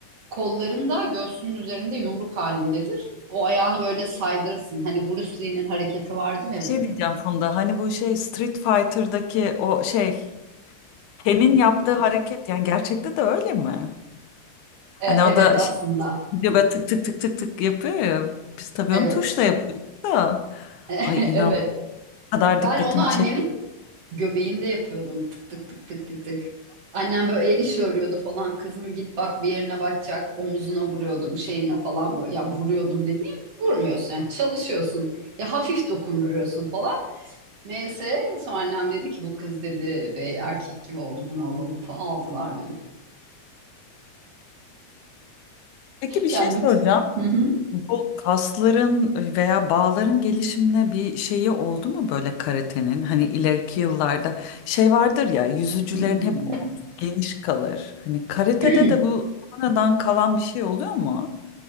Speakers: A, on the right (about 55°); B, on the left (about 75°).
A: Kolların da göğsünün üzerinde yumruk halindedir. O ayağını böyle saydırırsın. Hani Bruce Lee'nin hareketi vardır ya
B: bir şey
A: böyle.
B: diyeceğim Funda hani bu şey Street Fighter'daki o şey Ken'in yaptığı hareket yani gerçekte de öyle mi? Hani
A: E, evet
B: o da
A: aslında.
B: şey, gidiyor böyle tık tık tık tık tık yapıyor ya biz tabii
A: Evet.
B: onu tuşla yapıyoruz da
A: <laughs>
B: ay
A: Evet.
B: inan bu kadar
A: Ben
B: dikkatimi
A: onu annemin
B: çekti.
A: göbeğinde yapıyordum. Tık tık tık tık tık tık. Annem böyle el işi örüyordu falan. Kızım git bak bir yerine batacak. Omuzuna vuruyordum şeyine falan böyle. Ya vuruyordum dediğim vurmuyorsun yani çalışıyorsun. Ya hafif dokunduruyorsun falan. Neyse sonra annem dedi ki bu kız dedi bey erkek gibi oldu bunu alalım falan. Aldılar beni.
B: Peki bir şey
A: Yani
B: soracağım.
A: bütün... Hı hı.
B: Bu kasların veya bağların gelişimine bir şeyi oldu mu böyle karatenin? Hani ileriki yıllarda şey vardır ya yüzücülerin
A: Hmm.
B: hep omzu geniş kalır. Hani karatede
A: <clears throat>
B: de bu sonradan kalan bir şey oluyor mu?